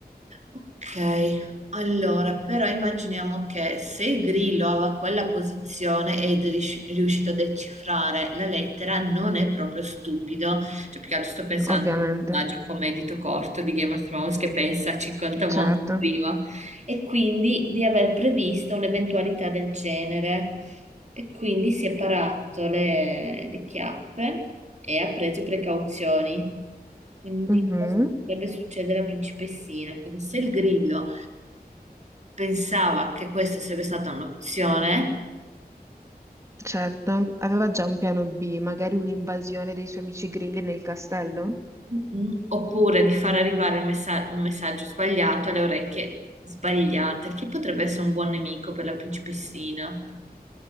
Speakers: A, on the right; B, on the right.
A: Ok, allora però immaginiamo che se il grillo aveva quella posizione ed è riusci- riuscito a decifrare la lettera, non è proprio stupido. Cioè, più che altro sto pensando
B: ovviamente,
A: a un personaggio come Dito Corto di Game of Thrones che pensa a 50 modi
B: certo.
A: prima e quindi di aver previsto un'eventualità del genere. E quindi si è parato le, le chiappe e ha preso precauzioni. Quindi
B: Mhm.
A: cosa potrebbe succedere alla principessina? Quindi se il grillo pensava che questa sarebbe stata un'opzione,
B: Certo, aveva già un piano B, magari un'invasione dei suoi amici grilli nel castello?
A: mm-mm, oppure di far arrivare un, messa- un messaggio sbagliato alle orecchie sbagliate, chi potrebbe essere un buon nemico per la principessina?